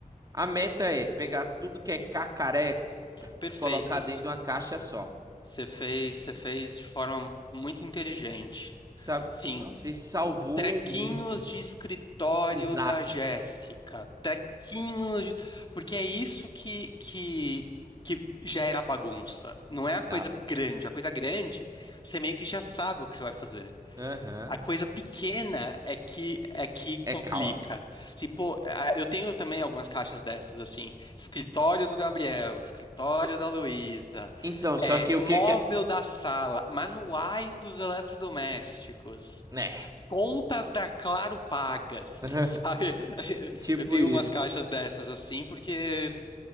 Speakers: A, on the right (about 25°); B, on the left (about 30°).
A: A meta é pegar tudo que é cacareco,
B: Perfeitos.
A: colocar dentro de uma caixa só.
B: Você fez, você fez de forma muito inteligente.
A: Sabe?
B: Sim,
A: Nossa, isso salvou
B: Trequinhos
A: muito.
B: de escritório
A: Exato,
B: da Jéssica. Trequinhos de... Porque é isso que, que, que gera bagunça. Não é
A: exato.
B: a coisa grande. A coisa grande, você meio que já sabe o que você vai fazer.
A: Aham.
B: A coisa pequena é que é que complica.
A: É caos.
B: Se, pô, a- eu tenho também algumas caixas dessas, assim. Escritório do Gabriel, escritório da Luísa,
A: Então, só
B: é,
A: que o
B: móvel
A: que que é,
B: da sala, manuais dos eletrodomésticos.
A: né?
B: Contas da Claro pagas,
A: <laughs>
B: sabe? <laughs>
A: É Tipo
B: Eu tenho
A: isso.
B: umas caixas dessas assim, porque.